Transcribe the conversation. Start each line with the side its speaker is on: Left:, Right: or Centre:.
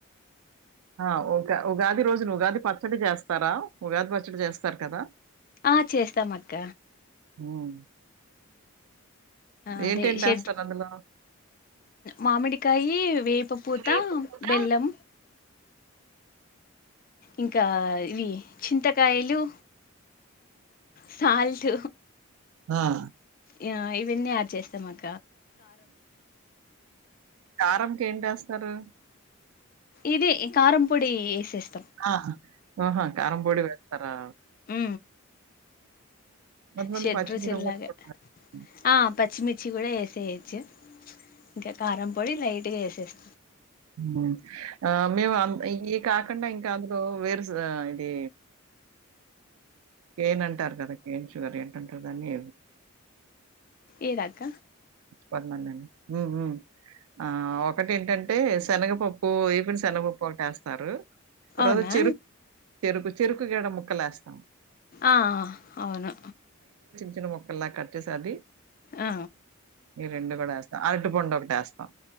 Right: ఆ ఉ ఉగాది రోజున ఉగాది పచ్చడి చేస్తారా ఉగాది పచ్చడి చేస్తారు కదా
Left: ఆ చేస్తాం అక్క
Right: హమ్
Left: అదే
Right: ఏంటేంటేస్తారు
Left: షెడ్
Right: అందులో?
Left: మామిడికాయ వేపపూత
Right: వేప పూత
Left: బెల్లం ఇంకా ఇవి చింతకాయలు సాల్ట్
Right: ఆ
Left: య ఇవన్నీ యాడ్ చేస్తామట్
Right: కారంకి ఏంటి ఏస్తారు
Left: ఇదే కారం పొడి వేసేస్
Right: ఆ ఆహా కారం పొడి వె తరా
Left: ఉ
Right: కొంతమంది
Left: షెడ్
Right: పచ్చిమిరపకాయలు
Left: రుచిల్లాగా
Right: కూడా హ్మ్.
Left: ఆ పచ్చిమిర్చి కూడా వేసేయచ్చు ఇంకా కారం పొడి లైట్గా వేస చేస్
Right: అ ఆ మేము అ ఈ కాకండా ఇంకా అంద్రూ వేర్ ఆ ఇది కేన్ అంటారు కదా కేన్ షుగర్ ఏంటంటారు దాన్ని
Left: ఏరాక
Right: పదిమంది అండి ఉ ఉ ఆ ఒకటి ఏంటంటే శనగపప్పు ఈఫన్ శనగపప్పు ఒకటి వేస్తారు తర్వాత
Left: అవునా
Right: చెరుకు చెరుకు చెరుకు ముక్ గడ ముక్కలు వేస్తాం
Left: ఆ అవును
Right: చచ్చిన మొక్కల్లా కట్ చేసది
Left: ఆ
Right: ఈ రెండు కూడా వేస్తాం అరటి పండు ఒకటి వేస్తాం